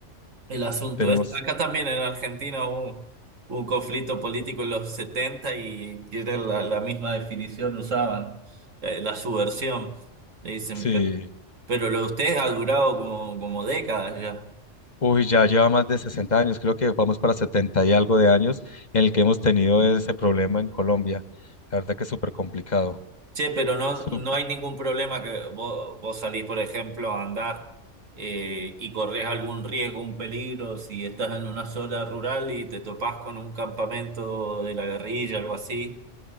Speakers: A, on the right; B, on the left.
A: el asunto
B: Tenemos,
A: ese. Acá también en Argentina hubo un conflicto político en los 70 y era la, la misma definición usaban, eh, la subversión, le dicen,
B: sí,
A: pero, pero lo de ustedes ha durado como, como décadas ya.
B: uy, ya lleva más de 60 años, creo que vamos para 70 y algo de años en el que hemos tenido ese problema en Colombia. La verdad que es súper complicado.
A: Che, pero no,
B: Súper.
A: no hay ningún problema que vos, vos salís, por ejemplo, a andar eh, y corres algún riesgo, un peligro, si estás en una zona rural y te topás con un campamento de la guerrilla, algo así,